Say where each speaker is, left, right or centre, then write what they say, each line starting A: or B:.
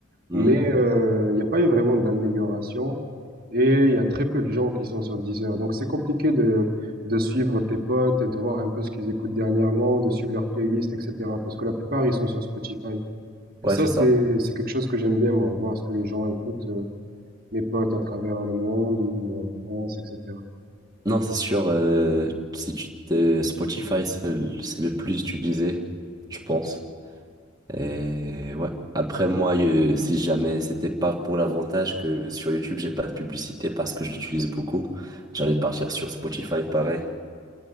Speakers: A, on the right; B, on the right.
A: Mhm.
B: Mais euh, il n'y a pas eu vraiment d'amélioration et il y a très peu de gens qui sont sur Deezer. Donc c'est compliqué de, de suivre tes potes et de voir un peu ce qu'ils écoutent dernièrement, de suivre leur playlist, etc. Parce que la plupart, ils sont sur Spotify. Et
A: Ouais,
B: ça,
A: c'est
B: c'est,
A: ça.
B: c'est quelque chose que j'aime bien, moi, voir ce que les gens écoutent, euh, mes potes à travers le monde ou en France, etc.
A: Non, c'est sûr, euh, si tu te- Spotify, c'est le c'est le plus utilisé, je pense. Et ouais. Après, moi, euh, si jamais c'était pas pour l'avantage que sur YouTube, j'ai pas de publicité parce que je l'utilise beaucoup, j'allais partir sur Spotify pareil.